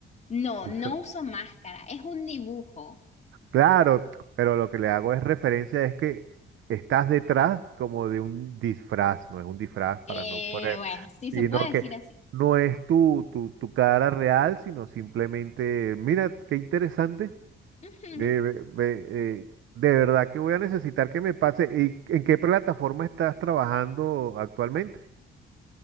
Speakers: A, on the left; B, on the right.
A: No,
B: Usa-
A: no uso máscara, es un dibujo.
B: Claro, pero lo que le hago es referencia es que estás detrás como de un disfraz, no es un disfraz para
A: Eh,
B: no poner,
A: bueno, sí se
B: sino
A: puede decir
B: que
A: así.
B: no es tu, tu, tu cara real, sino simplemente, mira, qué interesante,
A: Ujú.
B: de, ve- ve- eh, de verdad que voy a necesitar que me pase. ¿Y en qué plataforma estás trabajando actualmente?